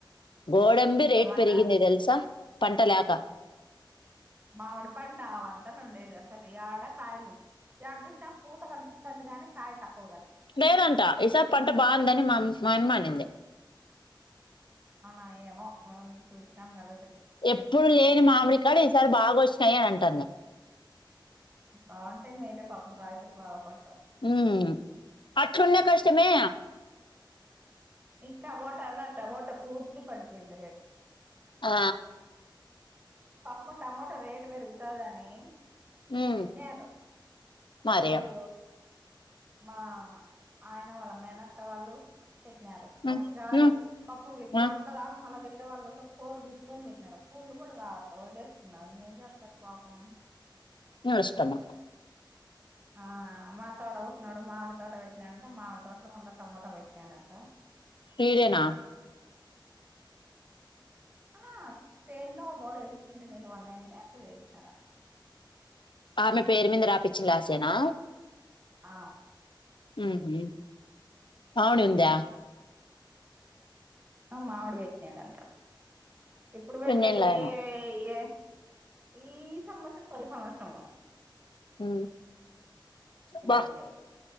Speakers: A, on the left; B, on the right.
A: గోడంబి రేటు
B: మళ్ళా
A: పెరిగింది తెలుసా పంట లేక
B: మామిడి పంటవంతను ఉండేది అసలు ఆడ కాయలు ఈ ఆడ చూసినా పూత కనిపిస్తుంది గానీ కాయ తక్కువ కంట
A: లేధంట ఈసారి పంట బాగుందని మా మా అమ్మ అనింది
B: అవునా ఏమో చూసినాం కదా
A: ఎప్పుడు లేని మామిడి కాడ ఈసారి బాగా వస్తు చెయ్యనంటాంది
B: బాగుంటాయి మేలే పప్పు రైతులు బాగుపడతారు
A: ఉ అట్లున్న కష్టమే
B: ఈ టమోటనా టమోటా పూర్తి పడిపోయింది రేట్
A: ఆ
B: పప్పు టమోటా రేటు పెరుగుతదని
A: ఉమ్
B: పెట్నారు
A: మరియా
B: ఎవరు మా ఆయన వాళ్ళ మేనత్త వాళ్ళు పెట్టినారు
A: ఉమ్
B: ఒకటి కాదు
A: ఉమ్
B: పప్పు ఎ
A: ఉమ్
B: తోటలో కా మళ్ళీ పే ఇట్టే వాళ్ళు కూడా కూర తీసుకొని పెట్నారు పూళ్లు కూడా రావ వదిలేసుకున్నారు ఏం చెస్తారు పాపం
A: ను ఇష్టమ్మా
B: ఆ మా తోడబుట్టినోడు మామిడి తోట పెట్నాడంట మామిడి తోట్ల మళ్ళీ టమోటా పెట్టినాడంట
A: ఈడేనా
B: ఆ సేన్లో బోర ఏపిచ్చింటె నీళ్లువన్నాయనే అట్లా చేసినార
A: ఆమె పేరు మీద రాపిచ్చున్ల ఆ సేనా
B: ఆ
A: మ్మహు పావని ఉందా
B: ఆ మావిడి వేట్నాడంట ఇప్పుడు పెడితే
A: నేను లేను
B: ఏ ఏ ఈ సంవత్సం పోయిన సంవత్సరము
A: ఉ బా
B: అంతే